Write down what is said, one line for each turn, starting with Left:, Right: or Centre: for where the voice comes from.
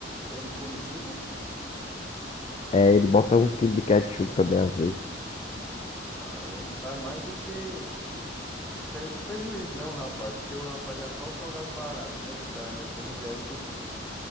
Centre: ele come cinco?
Left: É, ele bota um quilo de ketchup também, às vezes.
Centre: Vixe, Maria, sai mais do que. Sai um prejuízo, né, o rapaz? Porque o rapaz já faz o salgado barato, né? E o cara ainda come o ketchup.